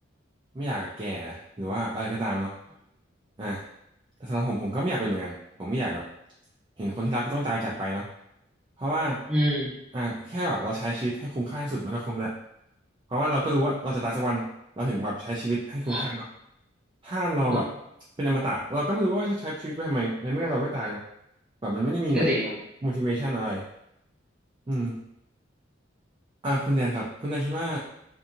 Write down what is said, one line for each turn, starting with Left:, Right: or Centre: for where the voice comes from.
Right: ไม่อยากแก่หรือว่าอะไรก็ตามเนาะ
Centre: อืม
Right: อ่ะแต่สำหรับผมผมก็ไม่อยากเป็นเหมือนกันผมไม่อยากแบบเห็นคนที่รักก็ต้องตายจากไปเนาะเพราะว่า
Centre: อืม
Right: อ่าแค่แบบเราใช้ชีวิตให้คุ้มค่าที่สุดมันก็คุ้มแล้วเพราะว่าเราก็รู้ว่าเราจะตายสักวันเราถึงแบบใช้ชีวิตให้คุ้มค่าเนาะ
Centre: ใช่
Right: ถ้าเราแบบเป็นอมตะเราก็ไม่รู้ว่าจะใช้ชีวิตไปทำไมในเมื่อเราไม่ตายเนาะ
Centre: เนาะ
Right: แบบมันไม่ได้มีแบบ
Centre: ก็จริงครับ
Right: motivation อะไรอืมอ่าคุณแดนครับคุณแดนคิดว่า